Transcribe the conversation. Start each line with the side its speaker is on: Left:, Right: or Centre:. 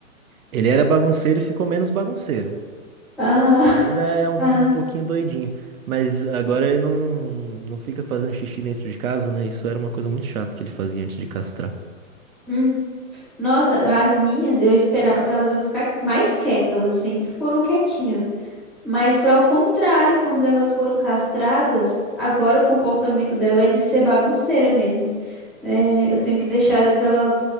Right: Ele era bagunceiro e ficou menos bagunceiro.
Centre: Ah,
Right: Ele ainda é um,
Centre: <laughs> ah.
Right: um pouquinho doidinho. Mas agora ele não, não fica fazendo xixi dentro de casa, né? Isso era uma coisa muito chata que ele fazia antes de castrar.
Centre: hum. Nossa, as minhas, eu esperava que elas iam ficar mais quietas, elas sempre foram quietinhas. Mas foi ao contrário, quando elas foram castradas, agora o comportamento dela é de ser bagunceira mesmo. É, eu tenho que deixar, às vezes, ela